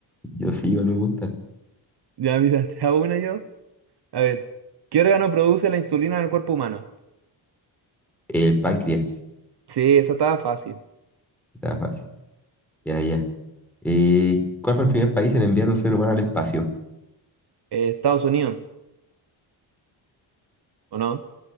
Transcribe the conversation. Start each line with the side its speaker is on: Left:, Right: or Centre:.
Centre: Yo sí, igual me gusta.
Right: Ya, mira, te hago una yo. A ver, ¿qué órgano produce la insulina en el cuerpo humano?
Centre: El páncreas.
Right: Sí, esa estaba fácil.
Centre: Está fácil. Ya, ya. Eh, ¿cuál fue el primer país en enviar un ser humano al espacio?
Right: Eh, Estados Unidos, ¿o no?